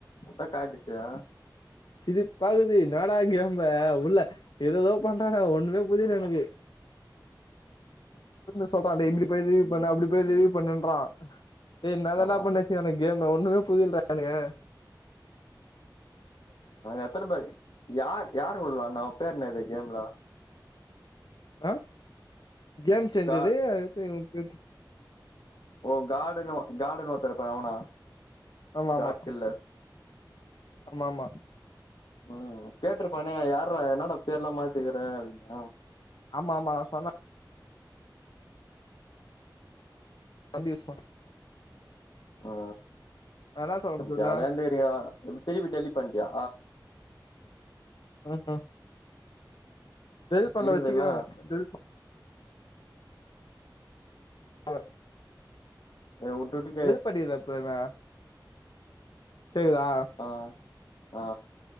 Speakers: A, on the left; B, on the left.
A: அதா காட்டிசா
B: சிதிப்பாக்குது இன்னாடா கேம்ல உள்ள ஏதேதோ பண்றாங்க ஒண்ணுமே புரில எனக்கு
A: உம்
B: சீனு சொல்றா டேய் இப்டி போய் இ ரிவியூ பண்ணு அப்டி போய் ரிவியூ பண்ணுன்றா டேய் இன்னாதாண்ட
A: ஆ
B: பண்ணு எனக்கு கேம்ல ஒண்ணுமே புரிலடா எனக்கு
A: அ எத்தனைபேரு யார் யார் வெளாட்னா அவே பேரு நேது கேம்ல
B: ஆ கேம் செஞ்சது
A: கா
B: அடுத்து இவே பேர் தெர்
A: ஓ கார்டுன்னு ஒ கார்டுன்னு ஒருத்தே இருப்பானே அவனா
B: ஆமா
A: காட்
B: ஆமா
A: கில்லர்
B: ஆமா ஆமா
A: ம் கேட்டிருப்பனே யாரா என்னடா பேர்லா மாத்திக்கிற அப்டின்னு
B: ஆமா ஆமா நா சொன்ன தம்பி இஸ்மா
A: ம் ஆ
B: அதான் சொல்ல
A: அப்ப
B: சொல்லு
A: ஜாலியா இருந்துகிரிங்கோ இப்போ திருப்பி டெலிட் பண்டியா
B: ம் ம் டேலிட் பண்ணல
A: இருக்குதுல்ல
B: வெச்சுக்கிற
A: ஆ
B: டேலிட் அ
A: எ உட்ருடி
B: வெறுப்படிக்குது எப்பயுமே கேக்குதா
A: அ அ ஆ